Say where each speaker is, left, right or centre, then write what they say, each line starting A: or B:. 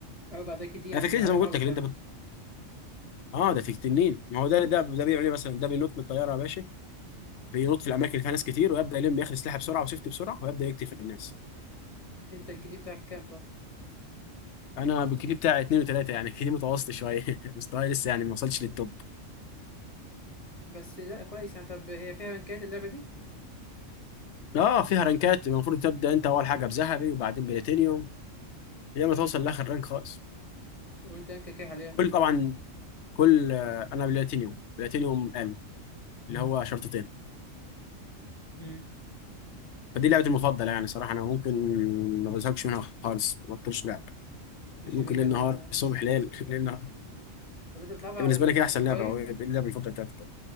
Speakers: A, on the left; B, on the left.
A: اربع ده كدي يعني
B: انا فكرتي
A: عليه
B: زي ما
A: خالص
B: قلت لك اللي
A: يعني
B: انت اه ده في التنين ما هو ده ده ده بيعمل ايه مثلا ده بينط من الطياره يا باشا بينط في الاماكن اللي فيها ناس كتير ويبدا يلم ياخد سلاحه بسرعه وسيفتي بسرعه ويبدا يقتل في الناس
A: انت الكدي بتاعك كام طب
B: انا بالكيدي بتاعي اتنين وتلاته يعني كيدي متوسط شويه <laughs> مستواي لسه يعني ما وصلش للتوب
A: بس لا كويس يعني طب هي فيها رانكات اللعبه دي
B: اه فيها رانكات المفروض تبدا انت اول حاجه بذهبي وبعدين بلاتينيوم لما ما توصل لاخر رانك خالص
A: وانت رانكك ايه حاليا
B: كل طبعا كل آه، انا بلاتينيوم بلاتينيوم ال اللي
A: امم
B: هو شرطتين
A: امم
B: فدي لعبتي المفضله يعني صراحه انا ممكن ما بزهقش منها خالص ما بطلش لعب
A: جميل
B: ممكن ليل
A: انا
B: نهار الصبح ليل <laughs> ليل نهار
A: طب انت بتلعب على
B: بالنسبه
A: الموبايل
B: لك ايه احسن لعبه او ايه اللعبه المفضله بتاعتك؟